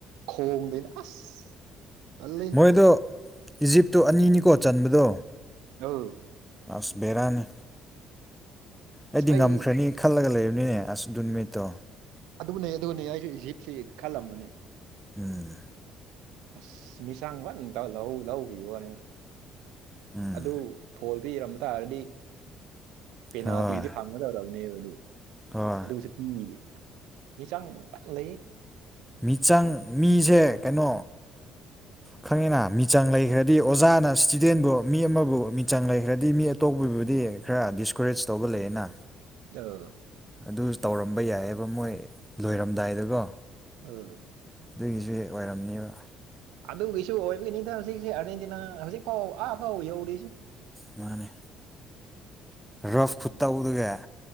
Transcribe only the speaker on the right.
ꯈꯣꯡꯗꯦꯅ ꯑꯁ ꯇꯜꯂꯦꯍꯦ
ꯑꯧ
ꯑꯁ ꯑꯩ
ꯑꯗꯨꯅꯦ ꯑꯗꯨꯅꯦ ꯑꯩꯖꯨ ꯏꯖꯤꯞꯁꯦ ꯈꯜꯂꯝꯕꯅꯤ
ꯑꯁ ꯃꯤꯆꯡ ꯐꯟ ꯇꯧ ꯂꯧ ꯂꯧꯒꯤꯕ ꯋꯥꯅꯤꯗ
ꯑꯗꯨ ꯐꯣꯜꯗ ꯄꯤꯔꯝꯕ ꯇꯥꯔꯗꯤ ꯄꯦꯅꯥꯜꯇꯤꯗꯤ
ꯐꯪꯒꯗꯧꯔꯕꯅꯦꯕ ꯑꯗꯨ
ꯑꯗꯨ ꯄꯤꯗꯦꯕ ꯃꯤꯆꯡ ꯐꯖꯅ ꯂꯩ
ꯗꯧ
ꯎꯝ
ꯑꯗꯨꯒꯤꯁꯨ ꯑꯣꯏꯕꯒꯤꯅꯤꯗ ꯍꯧꯖꯤꯛꯁꯦ ꯑꯥꯔꯖꯦꯟꯇꯤꯅꯥ ꯍꯧꯖꯤꯛ ꯐꯥꯎ ꯑꯥ ꯐꯥꯎ ꯌꯧꯔꯤꯁꯦ